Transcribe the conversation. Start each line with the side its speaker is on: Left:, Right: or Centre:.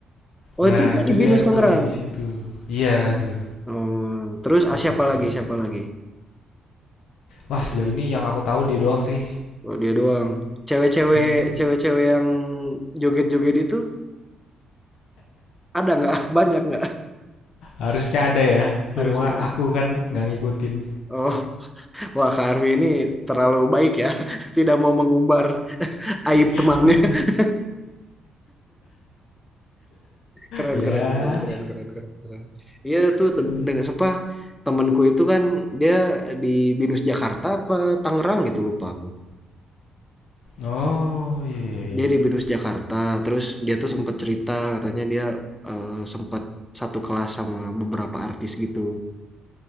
Centre: Oh
Left: Nah,
Centre: itu dia
Left: itu
Centre: di BINUS
Left: dia
Centre: Tangerang.
Left: kuliah di situ. Iya tuh,
Centre: Oh, terus
Left: salah
Centre: ah, siapa
Left: satunya.
Centre: lagi siapa lagi?
Left: Wah, sejauh ini yang aku tahu dia doang sih.
Centre: Oh, dia doang. Cewek-cewek,
Left: Mhm.
Centre: cewek-cewek yang joget-joget itu ada nggak? <laughs> Banyak nggak?
Left: Harusnya ada ya, cuma
Centre: Harusnya. ada.
Left: aku kan nggak ngikutin.
Centre: Oh, wah Kak Arfi ini terlalu baik ya. <laughs> Tidak mau mengumbar aib
Left: <laughs>
Centre: temannya. <laughs> Keren,
Left: Ya.
Centre: keren, keren, keren, keren, keren, keren. Iya tuh de-
Left: Mhm.
Centre: dengan apa temanku itu kan dia di Binus Jakarta apa Tangerang gitu lupa aku.
Left: Oh, iya iya
Centre: Dia
Left: iya.
Centre: di Binus Jakarta, terus dia tuh sempat cerita katanya dia eh, sempat satu kelas sama beberapa artis gitu.